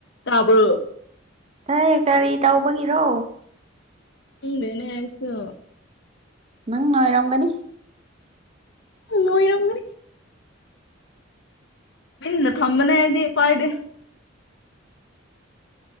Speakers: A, on the left; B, on the right.
A: ꯇꯥꯕ
B: ꯑꯦ ꯀꯔꯤ ꯇꯧꯕꯒꯤꯔꯣ
A: ꯍꯪꯗꯦꯅꯦ ꯍꯥꯏꯁꯣ
B: ꯅꯪ ꯉꯥꯏꯔꯝꯒꯅꯤ
A: ꯅꯣꯣꯏꯔꯝꯒꯅꯤ ꯟ ꯊꯝꯕꯅꯦ ꯍꯥꯏꯗꯤ ꯀꯥꯏꯗꯤꯦ